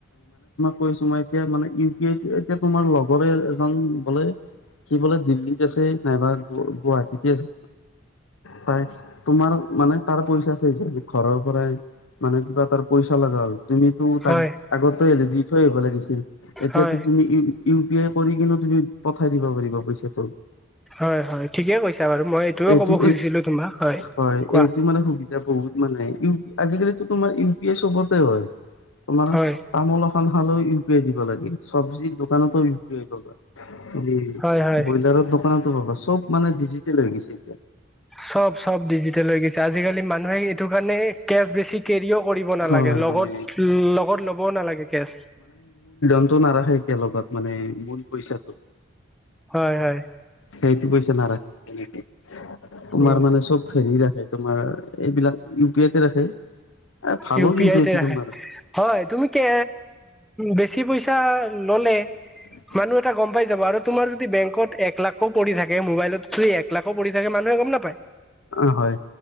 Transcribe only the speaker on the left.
কৈছোঁ। মই এতিয়া মানে, ই পি আই এতিয়া তোমাৰ লগৰে এজন বোলে সি বোলে, দিল্লীত আছে নাইবা গু, গুৱাহাটীতে আছে তাই তোমাৰ মানে, তাৰ পইচা চইচা, ঘৰৰ পৰাই মানে, কিবা তাৰ পইচা লাগা হ'ল। তুমিতো, তাক
আগতে দি থৈ আহিব লাগিছিল। এতিয়াতো
তুমি পে কৰি কিনেও তুমি পঠাই দিব পাৰিবা পইচাটো।
এইটো,
এই,
হয়।
এইটো মানে, সুবিধা বহুত মানে। আজিকালিটো তোমাৰ ইউ পি আই চবতে হয়। তোমাৰ <unintelligible>
খন হালও ইউ পি আই দিব লাগে চবজি দোকানতো ইউ পি আই পাবা। তুমি
ব্ৰইলাৰৰ দোকানতো পাবা চব মানে ডিজিটেল হৈ গৈছে এতিয়া।
হয়
মানে
টো নাৰাখে একেলগত মানে মল পইছাটো।
সেইটো পইচা নাৰাখে তেনেকে। তোমাৰ
মানে, চব হেৰি ৰাখ তোমাৰ, এইবিলাক ইউ পি আইতে ৰাখে। ভালোঁ
কিন্তু,
এইটো
তোমাৰ।
<inaudible>
অ হয়